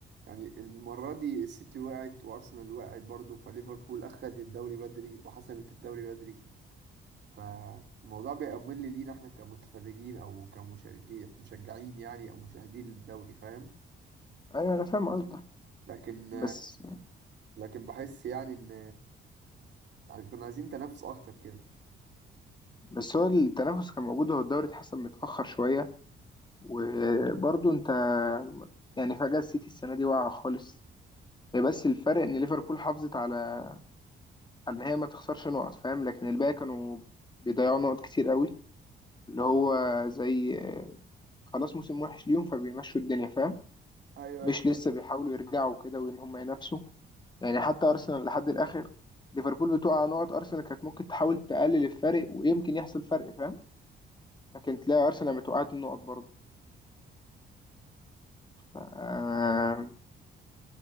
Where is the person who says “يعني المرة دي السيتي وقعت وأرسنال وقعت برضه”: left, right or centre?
Right